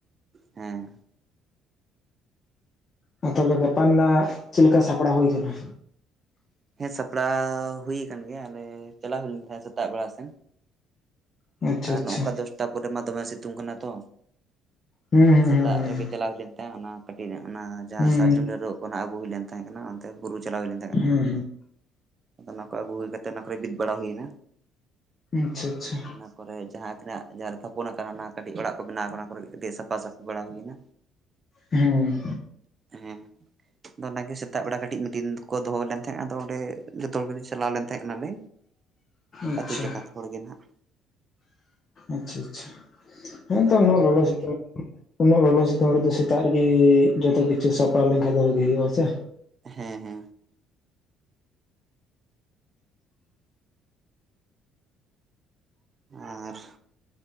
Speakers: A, on the right (about 35°); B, on the left (about 35°).
A: ᱦᱮᱸ᱾
B: ᱦᱮᱸ ᱛᱟᱦᱚᱞᱮ ᱜᱟᱯᱟ ᱨᱮᱱᱟᱜ ᱪᱮᱫ ᱞᱮᱠᱟ ᱥᱟᱯᱲᱟᱣ ᱦᱩᱭ ᱟᱠᱟᱱᱟ?
A: ᱦᱮᱸ ᱥᱟᱯᱲᱟᱣ ᱦᱩᱭ ᱟᱠᱟᱱ ᱜᱮᱭᱟ ᱟᱞᱮ ᱪᱟᱞᱟᱣ ᱦᱩᱭ ᱞᱮᱱᱟ ᱛᱟᱦᱮᱸ ᱥᱮᱛᱟᱜ ᱵᱮᱲᱟ ᱥᱮᱱ᱾
B: ᱟᱪᱪᱷᱟ
A: ᱟᱨ
B: ᱟᱪᱪᱷᱟ
A: ᱱᱚᱝᱠᱟ ᱫᱚᱥᱴᱟ ᱯᱚᱨᱮ ᱢᱟ ᱫᱚᱢᱮ ᱥᱤᱛᱩᱝ ᱠᱟᱱᱟ ᱛᱚ᱾
B: ᱦᱩᱸ ᱦᱩᱸ
A: ᱥᱮᱛᱟᱜ ᱨᱮᱜᱮ ᱪᱟᱞᱟᱣ ᱦᱩᱭ ᱞᱮᱮᱱ ᱛᱟᱦᱮᱸ ᱚᱱᱟ ᱠᱟᱹᱴᱤᱡ ᱚᱱᱟ ᱡᱟᱦᱟᱸ
B: ᱦᱩᱸ
A: ᱥᱟᱨᱡᱚᱢ ᱰᱟᱹᱨᱭᱟᱜ ᱚᱱᱟ ᱟᱹᱜᱩ ᱦᱩᱭ ᱞᱮᱱ ᱛᱟᱦᱮᱸ ᱠᱟᱱᱟ ᱚᱱᱛᱮ ᱵᱩᱨᱩ ᱪᱟᱞᱟᱣ ᱦᱩᱭ ᱞᱮᱱ ᱛᱟᱦᱮᱸ ᱠᱟᱱᱟ
B: ᱦᱩᱸ
A: ᱾ ᱚᱱᱟ ᱠᱚ ᱟᱹᱜᱩ ᱦᱩᱭ ᱠᱟᱛᱮᱮᱫ ᱚᱱᱟ ᱠᱚᱨᱮ ᱵᱤᱫ ᱵᱟᱲᱟ ᱦᱩᱭᱱᱟ᱾
B: ᱦᱩᱸ ᱟᱪᱪᱷᱟ ᱟᱪᱪᱷᱟ᱾
A: ᱚᱱᱟ ᱠᱚᱨᱮ ᱡᱟᱦᱟᱸ ᱛᱤᱱᱟᱹ ᱡᱟᱦᱟᱸᱨᱮ ᱛᱷᱟᱯᱚᱱ ᱟᱠᱟᱱᱟ ᱚᱱᱟ ᱠᱟᱹᱴᱤᱡ ᱚᱲᱟᱜ ᱠᱚ ᱵᱮᱱᱟᱣ ᱟᱠᱟᱱᱟ, ᱚᱱᱟ ᱠᱚᱨᱮ ᱠᱟᱹᱴᱤᱡ ᱥᱟᱯᱷᱟ ᱥᱟᱹᱯᱷᱤ ᱵᱟᱲᱟ ᱦᱩᱭᱱᱟ᱾
B: ᱦᱮᱸ
A: ᱦᱮᱸ ᱟᱫᱚ ᱚᱱᱟᱜᱮ ᱥᱮ ᱛᱟᱜ ᱵᱮᱲᱟ ᱠᱟᱹᱴᱤᱡ ᱢᱤᱴᱤᱱ ᱠᱚ ᱫᱚᱦᱚ ᱞᱮᱱ ᱛᱟᱦᱮᱸᱜ ᱟᱫᱚ ᱚᱸᱰᱮ ᱡᱚᱛᱚ ᱦᱚᱲ ᱜᱮᱞᱮ ᱪᱟᱞᱟᱣ ᱞᱮᱱ ᱛᱟᱦᱮᱸ ᱠᱟᱱᱟᱞᱮ
B: ᱟᱪᱪᱷᱟ
A: ᱟᱹᱛᱩ ᱡᱟᱠᱟᱛ ᱦᱚᱲ ᱜᱮ ᱱᱟᱦᱟᱜ
B: ᱟᱪᱪᱷᱟ ᱟᱪᱪᱷᱟ ᱦᱮᱸ ᱛᱚ
A: ᱟᱨᱚ
B: ᱱᱚᱣᱟ
A: ᱚᱱᱠᱟ
B: ᱞᱚᱞᱚ ᱥᱤᱛᱩᱝ ᱩᱱᱟᱹᱜ ᱞᱚᱞᱚ ᱥᱤᱛᱩᱝ ᱨᱮᱫᱚ ᱥᱮᱛᱟᱜ ᱨᱮᱜᱮ ᱡᱚᱛᱚ ᱠᱤᱪᱷᱩ ᱥᱟᱯᱟᱣ ᱞᱮᱱᱠᱷᱟᱱ ᱫᱚ ᱵᱷᱟᱜᱤ ᱦᱩᱭᱩᱜᱼᱟ ᱥᱮ
A: ᱦᱮᱸ ᱦᱮᱸ ᱟᱨ